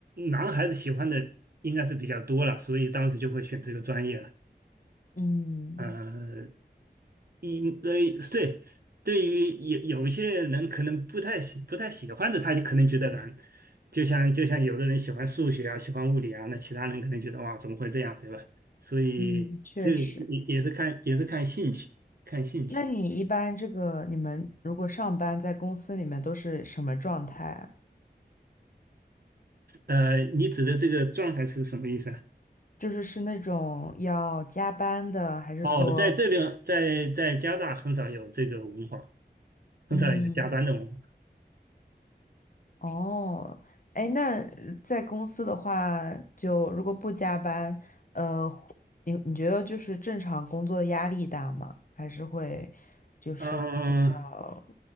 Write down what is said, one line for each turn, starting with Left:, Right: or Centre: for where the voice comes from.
Right: 男孩子喜欢的应该是比较多了，所以当时就会选这个专业了。
Left: 嗯
Right: 呃，一呃，对，对于有有一些人可能不太喜不太喜欢的，他就可能觉得难。就像就像有的人喜欢数学啊，喜欢物理啊，那其他人可能觉得哇，怎么会这样，对吧？所以这个也也是看也是看兴趣，
Left: 嗯，确实。
Right: 看兴趣。
Left: 那你一般这个，你们如果上班在公司里面都是什么状态啊？
Right: 呃，你指的这个状态是什么意思啊？
Left: 就是是那种要加班的，还是说，
Right: 哦，在这边，在在加拿大很少有这个文化，很少有加班的文化。
Left: 嗯，哦，哎，那在公司的话，就如果不加班，呃，你你觉得就是正常工作的压力大吗？还是会就是比较
Right: 嗯、